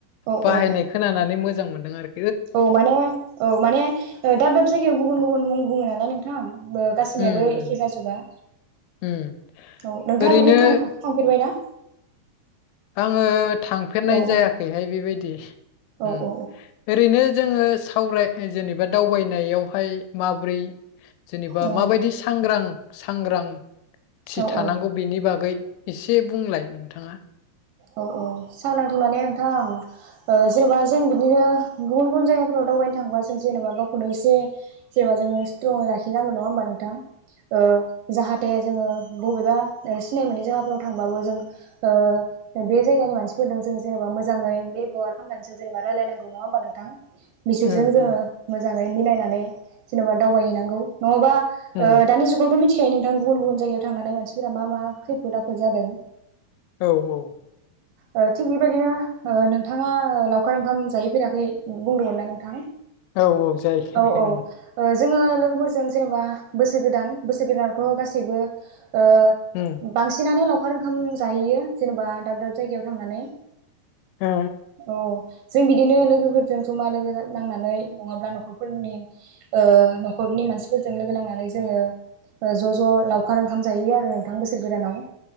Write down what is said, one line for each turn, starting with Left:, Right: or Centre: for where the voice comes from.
Right: औ
Left: बाहायनाय
Right: औ
Left: खोनानानै मो मोजां मोनदों आरो।
Right: औ माने औ माने ओ दाब दाब जायगायाव गुबुन गुबुन मुं बुङो नालाय नोंथां बो गासैनियाबो
Left: उम उम
Right: एखे जाजोबा।
Left: उम
Right: औ नोंथाङा
Left: ओरैनो
Right: बिदि थां-थांफेरबायना?
Left: आङो थांफेरनाय
Right: औ
Left: जायाखैहाय
Right: औ
Left: बेबायदि
Right: औ
Left: उम।
Right: औ
Left: ओरैनो जोङो सावराय जेनेबा दावबायनायावहाय माबोरै जेनेबा
Right: औ
Left: माबायदि सांग्रां सांग्रां थि
Right: औ
Left: थानांगौ
Right: औ
Left: बेनि बागै एसे बुंलाय नोंथाङा।
Right: औ औ सांग्रांथि माने नोंथां ओ जेनेबा जों बिदिनो गुबुन गुबुन जायगाफोराव दावबायनो थाङोबा जों जेनेबा गावखौनो एसे जेनेबा जोङो स्ट्रं लाखिनांगौ। नङा होमबा नोंथां? ओ जाहाथे जोङो बबेबा ओ सिनाय मोनै जायगाफोराव थांबाबो जों ओ बे जायगानि मानसिफोरदों जेनेबा मोजाङै बेबहार खालामनानै जों जेनेबा रायलायनांगौ। नङा होमबा नोंथां? बिसोरजों
Left: उम
Right: जोङो
Left: उम
Right: मो मोजाङै मिलायनानै जेनबा दावबायहैनांगौ। नङाबा
Left: उम
Right: ओ दानि जुगावथ मि थिखायो नोंथां गुबुन गुबुन जायगायाव थांनानै मानसिफोरा मा मा खैफोद आफोद जादों
Left: औ औ
Right: ओ थिग बेबायदिनो ओ नोंथाङा ओ लावखार ओंखाम जाहैफेराखै बुंदोंमोन ना नोंथां?
Left: औ जाहैबाय
Right: औ औ ओ
Left: उम
Right: जोङो लोगोफोरजों जेनबा बोसोर गोदान बोसोर गोदानावथ गासैबो ओ
Left: उम
Right: बांसिनानो लाव खार ओंखाम जाहैयो जेनबा दाब दाब जायगायाव थांनानै
Left: ओ
Right: औ जों बिदिनो लोगोफोरजों जमा लोगो नांनानै नङाब्ला नखरफोरनि ओ नखरनि मानसिफोरजों लोगो नांनानै जोङो ज ज लावखार ओंखाम जाहैयो आरो नोंथां बोसोर गोदानाव